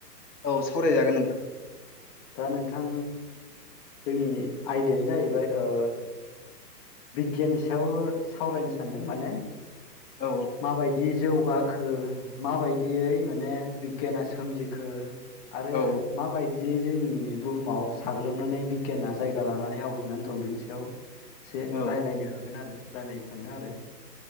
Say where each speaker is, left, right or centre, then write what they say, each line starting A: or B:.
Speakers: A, on the left; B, on the left.
A: औ सावरायजागोन नोंथां
B: दा नोंथां जोंनि आयदायानो जाहैबाय ओ बिगियाननि सायाव सावरायनो सानदों माने
A: औ
B: माबायदि जौगाखो माबायदियै माने बिगियाना सोमजिखो आरो
A: औ
B: माबायदि जि जोंनि बुहुमाव साग्लोबनानै बिगियाना जायगा लानानै आवग्रिनानै दं बेनि सायाव एसे
A: औ
B: रायज्लायनो हागोन आरो रायलायनो सानदों आरो।